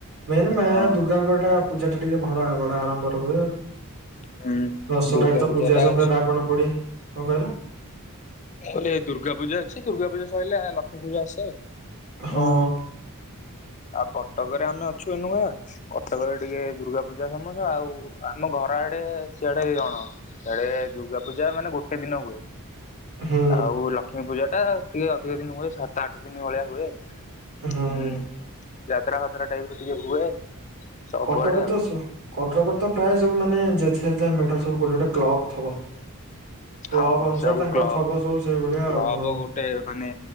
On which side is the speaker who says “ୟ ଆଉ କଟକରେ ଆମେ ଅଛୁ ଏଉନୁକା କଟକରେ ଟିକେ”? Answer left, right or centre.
Left